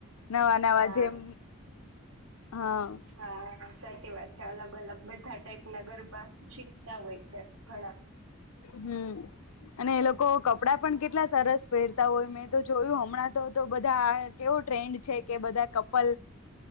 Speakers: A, on the left; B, on the right.
A: નવા નવા
B: હા
A: જેમ હા
B: હા સાચી વાત છે, અલગ અલગ બધા ટાઈપ ના ગરબા શીખતા હોય છે, ઘણા
A: હમ્મ અને એ લોકો કપડા પણ કેટલા સરસ પહેરતા હોય મેં તો જોયું હમણાં તો બધા કેવ ન છે કે બધા કપલ